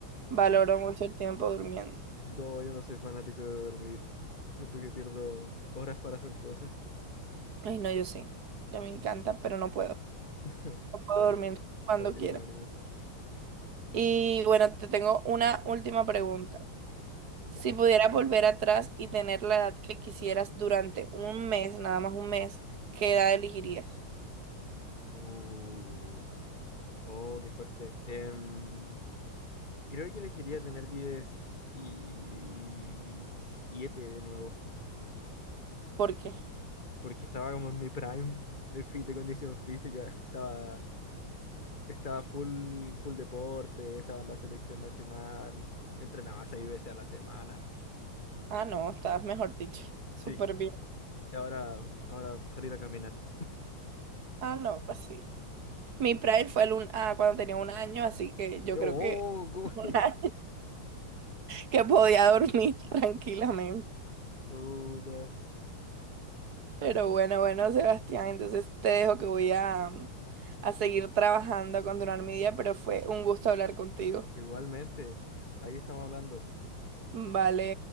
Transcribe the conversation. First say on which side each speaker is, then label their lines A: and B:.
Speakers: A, on the right (about 50°); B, on the left (about 25°).
A: valoro mucho el tiempo durmiendo.
B: No, yo no soy fanático de dormir. Siento que pierdo horas para hacer cosas.
A: Ay, no, yo sí. Yo me encanta, pero no puedo.
B: <laughs>
A: No puedo
B: Ánimo,
A: dormir cuando
B: ánimo,
A: quiera.
B: ánimo.
A: Y bueno, te tengo una última pregunta. Si
B: Ya.
A: pudieras volver atrás y tener la edad que quisieras durante un mes, nada más un mes, ¿qué edad elegirías?
B: Oh, oh, qué fuerte. Em, creo que elegiría tener 17 de nuevo.
A: ¿Por qué?
B: porque estaba como en mi prime de, fi- de condición física. <laughs> Estaba, estaba full, full deporte, estaba en la selección nacional, entrenaba seis veces a la semana.
A: Ah, no, estabas mejor dicho. Súper
B: Sí,
A: bien.
B: y ahora, ahora salir a caminar.
A: Ah, no, pues sí. Mi prime fue el un... ah, cuando tenía un año, así que yo
B: No,
A: creo que <laughs>
B: <laughs> ¿cómo
A: un
B: es?
A: año. que podía dormir <laughs> tranquilamente.
B: Puta.
A: Pero bueno, bueno, Sebastián, entonces te dejo que voy a, mm, a seguir trabajando, a continuar mi día, pero fue un gusto hablar contigo.
B: Igualmente, ahí estamos hablando.
A: Vale.